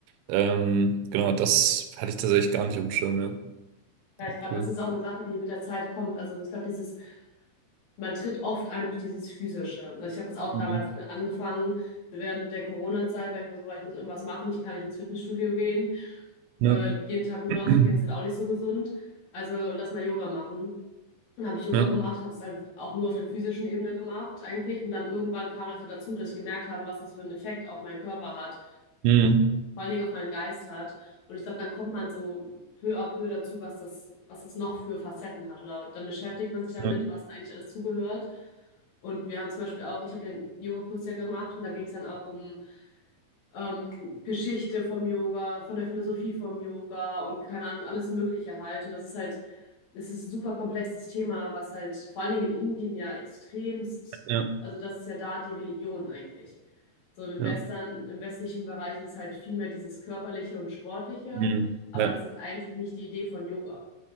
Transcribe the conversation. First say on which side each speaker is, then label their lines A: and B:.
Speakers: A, on the right; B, on the left.
A: Ähm, genau, das hatte ich tatsächlich gar nicht auf dem Schirm, ja.
B: Ja,
A: Oh,
B: ich glaube,
A: cool.
B: das ist auch eine Sache, die mit der Zeit kommt. Also ich glaube, dieses, man tritt oft ein durch dieses Physische. Also ich habe das auch
A: Mhm.
B: damals angefangen, während der Corona-Zeit, weil ich mir so war, ich muss irgendwas machen, ich kann nicht ins Fitnessstudio gehen.
A: Ja.
B: Äh, jeden Tag nur
A: <clears throat>
B: laufen gehen ist halt auch nicht so gesund. Also lass mal Yoga machen. Dann habe ich Yoga
A: Ja.
B: gemacht, habe es halt auch nur auf der physischen Ebene gemacht eigentlich. Und dann irgendwann kam das halt dazu, dass ich gemerkt habe, was das für einen Effekt auf meinen Körper hat
A: Mhm.
B: vor allen Dingen auf meinen Geist hat. Und ich glaube, dann kommt man so peu à peu dazu, was das, was das noch für Facetten hat. Oder dann beschäftigt man sich damit,
A: Ja.
B: was da eigentlich alles zugehört. Und wir haben zum Beispiel auch, ich habe den Yoga-Kurs ja gemacht und da ging es dann auch um ähm, Geschichte vom Yoga, von der Philosophie vom Yoga und keine Ahnung, alles Mögliche halt. Und das ist halt, es ist ein super komplexes Thema, was halt vor allen Dingen in Indien ja extremst,
A: Ja.
B: also das ist ja da die Religion eigentlich. So im
A: Ja.
B: Western, im westlichen Bereich ist es halt viel mehr dieses körperliche und sportliche,
A: Mhm.
B: aber
A: Ja.
B: das ist eigentlich nicht die Idee von Yoga.